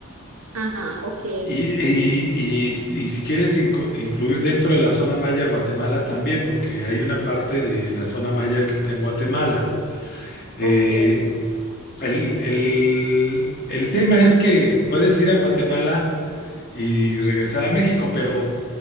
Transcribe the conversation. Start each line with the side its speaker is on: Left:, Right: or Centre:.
Right: Ajá, ok,
Left: Y, y- y- y si quieres inco- incluir dentro de la zona maya Guatemala también, porque hay una parte de la zona maya que está en Guatemala. Eh,
Right: ok,
Left: el, el- el tema es que puedes ir a Guatemala y regresar a México, pero,